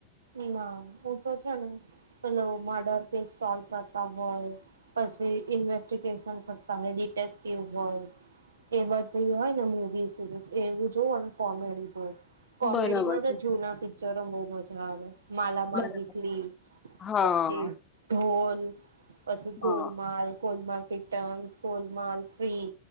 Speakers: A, on the right; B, on the left.
A: ના હું તો છે ને પેલો મર્ડર કેસ સોલ્વ કરતા હોય પછી ઇન્વેસ્ટિગેશન કરતા હોય ડિટેક્ટિવ હોય એ બધી હોય ને મૂવી, સિરીઝ એવું જોવું કોમેડી જોવ. કોમેડી
B: બરાબર
A: માં તો
B: છે
A: જૂના પિક્ચરો બઉ મજા હા, માલા માલ
B: બરાબર
A: વીકલી
B: હા
A: પછી બર પછી ગોલમાલ
B: હા
A: ગોલમાલ રિટર્નસ, ગોલમાલ થી